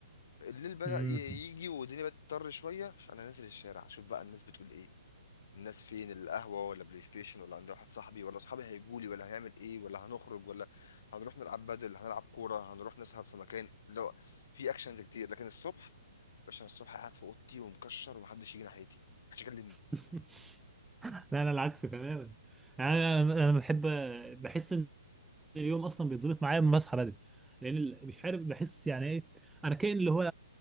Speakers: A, on the left; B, in the centre.
A: الليل بدأ
B: امم
A: ي- يجي والدنيا بدأت تضطر شوية عشان أنا نازل الشارع أشوف بقى الناس بتقول إيه الناس فين القهوة ولا بلاي ستيشن ولا عند واحد صاحبي ولا صحابي هيجولي ولا هنعمل إيه ولا هنخرج ولا هنروح نلعب بدل هنلعب كورة هنروح نسهر في مكان لو في أكشنز كتير لكن الصبح باشا أنا الصبح قاعد في أوضتي ومكشر ومحدش يجي ناحيتي محدش يكلمني
B: <laughs> لا انا العكس تماما انا انا أنا بحب بحس ان اليوم اصلا بيتظبط معايا لما بصحى بدري لان ال- مش عارف بحس يعني ايه انا كائن اللي هو